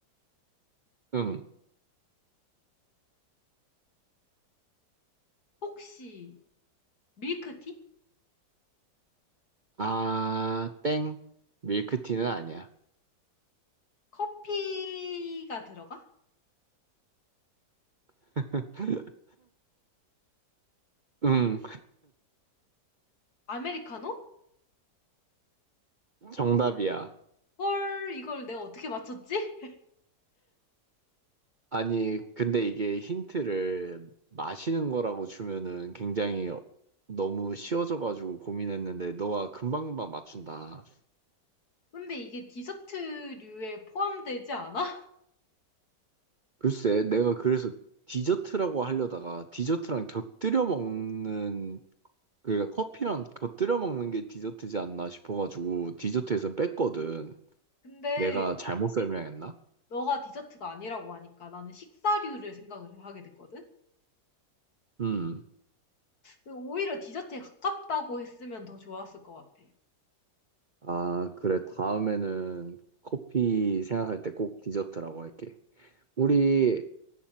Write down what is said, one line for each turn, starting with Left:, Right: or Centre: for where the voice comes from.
Right: 응.
Left: 혹시 밀크티?
Right: 아, 땡. 밀크티는 아니야.
Left: 커피가 들어가?
Right: <laughs> 응,
Left: 아메리카노?
Right: 정답이야.
Left: 헐 이걸 내가 어떻게 맞췄지?
Right: 아니, 근데 이게 힌트를 마시는 거라고 주면은 굉장히 너무 쉬워져가지고 고민했는데 너가 금방금방 맞춘다.
Left: 근데 이게 디저트류에 포함되지 않아?
Right: 글쎄, 내가 그래서 디저트라고 하려다가 디저트랑 곁들여 먹는, 그러니까 커피랑 곁들여 먹는 게 디저트지 않나 싶어가지고 디저트에선 뺐거든.
Left: <laughs> 근데
Right: 내가 잘못 설명했나?
Left: 너가 디저트가 아니라고 하니까 나는 식사류를 생각을 하게 됐거든?
Right: 음.
Left: 근데 오히려 디저트에 가깝다고 했으면 더 좋았을 것 같아.
Right: 아, 그래. 다음에는 커피 생각할 때 꼭 디저트라고 할게. 우리